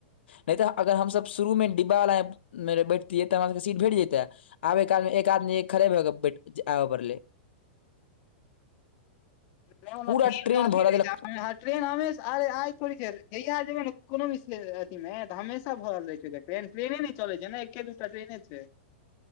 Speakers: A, on the left; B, on the left.
A: नै तऽ अगर हम सब शुरू मे डिब्बा बला <unintelligible> बैठतियै तऽ हमरा सबके सीट भेट जेैतेए। आबेै काल मे एक आदमी खड़े भऽ के बैठ जे आबऽ पड़लेै।
B: नै ओना
A: पूरा
B: भीड़
A: ट्रेन
B: कफी
A: भरा
B: रहै
A: देलक
B: छै <unintelligible> ट्रेन हमेसा आय-आय थोड़ी जहिय जेबै ने कोनो भी से अथी मे तऽ हमेशा भरल रहै छै <unintelligible> ट्रेन ट्रेने नै चलै छै न एके दूटा ट्रेने छै।